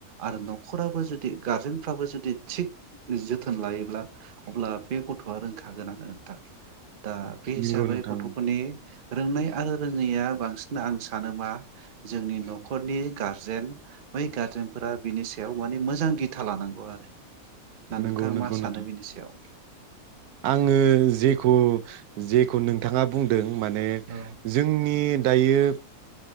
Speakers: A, on the right (about 45°); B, on the right (about 85°).
A: आरो न'खराबो जुदि गारजेनफ्राबो जुदि थिग जोथोन लायोब्ला अब्ला बे गथ' आ रोंखागोनानो नोंथां। दा बे हिसाबै
B: नोंगौ नोंथां
A: गथ'फोरनि रोंनाय आरो रोङैया बांसिन आं सानो मा जोंनि न'खरनि गारजेन बै गारजेनफोरा बिनि सायाव माने मोजां दिथा लानांगौ आरो नोंथाङा
B: नोंगौ नोंगौ
A: मा सानो
B: नोंथां
A: बेनि सायाव?
B: आङो जेखौ-जेखौ नोंथाङा बुंदों माने
A: औ
B: जोंनि दायो